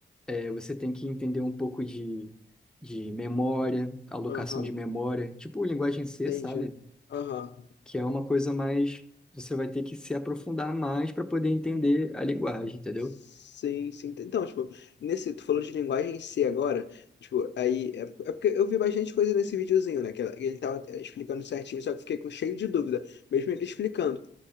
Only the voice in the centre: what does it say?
é, você tem que entender um pouco de, de memória, alocação
de memória, tipo linguagem C,
sabe?
Que é uma coisa mais, você vai ter que se aprofundar mais para poder entender a linguagem, entendeu?